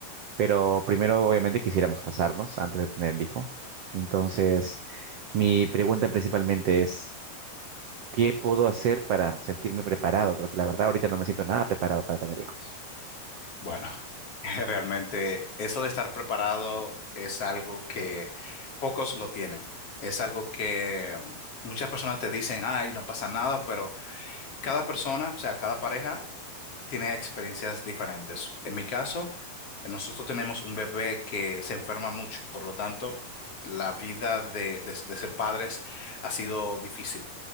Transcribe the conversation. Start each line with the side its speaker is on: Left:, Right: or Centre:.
Right: pero primero obviamente quisiéramos casarnos antes de tener el hijo. Entonces, mi pregunta principalmente es, ¿qué puedo hacer para sentirme preparado? Porque la verdad ahorita no me siento nada preparado para tener hijos.
Left: Bueno, <laughs> realmente eso de estar preparado es algo que pocos lo tienen. Es algo que um, muchas personas te dicen, ay, no pasa nada, pero cada persona, o sea, cada pareja tiene experiencias diferentes. En mi caso, nosotros tenemos un bebé que se enferma mucho, por lo tanto, la vida de, de de ser padres ha sido difícil.